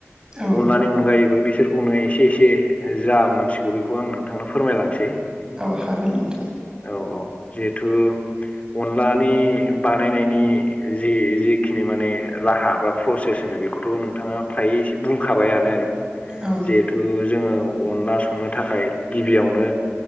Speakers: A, on the right; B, on the left.
A: औ
B: अनलानि अनगायैबो बिसोरखौनो एसे एसे से जा मोनथिगौ बेखौ आं नोंथांनो फोरमायलांसै।
A: औ हागोन नोंथां।
B: औ औ जिहेथु अनलानि बानायनायनि जि जिखिनि माने राहा बा प्रसेस होनो बेखौथ' नोंथाङा फ्रायै एसे बुंखाबायानो।
A: औ
B: जिहेथु जोङो अनला संनो थाखाय गिबियावनो